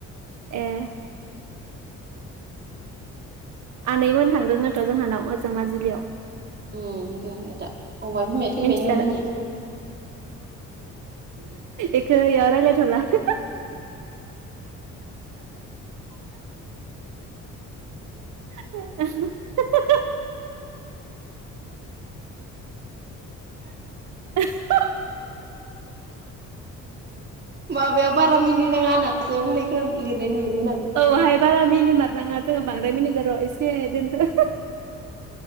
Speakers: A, on the right; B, on the right.
A: ए आनैमोन थांदों नोथ' जोंहानाव ओजों माजुलियाव
B: उम दोङो दा अमा बिमाया थैबाय
A: मिथिखादों
B: नो मामानिया।
A: एखौ एयाव रायलायथला <unintelligible> <unintelligible> <unintelligible>
B: माबायाव बारा मिनिनाङा होननासो बुंनायखोना लिरनाय नुदोंमोन आं
A: औहाय बारा मिनिमात नाङा जोङो बांद्राय मिनिजार एसे दोनथ'